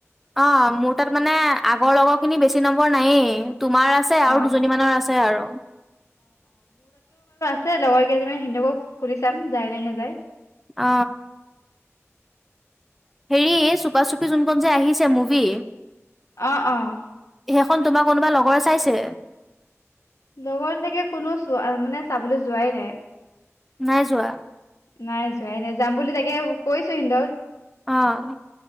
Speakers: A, in the centre; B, on the left.
A: অ' মোৰ তাত মানে, আগৰ লগৰ খিনিৰ বেছি নম্বৰ নায়েই। তোমাৰ আছে আৰু
B: অ
A: দুজনী মানৰ আছে আৰু।
B: সেই লগৰ কেইজনি মান হেঁতকো সুধি চাম। যায় নে নাযায়?
A: আ হেৰি, চুপা-চুপি যোন খন যে আহিছে মুভি
B: অ', অ'
A: সেইখন তোমাৰ কোনোবা লগৰে চাইছে?
B: লগৰ এনেকে কোনো চোৱা মানে চাবলৈ যোৱাই নাই।
A: নাই যোৱা।
B: নাই, যোৱাই নাই। যাম বুলি তাকে কৈছে ইন্দ্ৰক।
A: অ'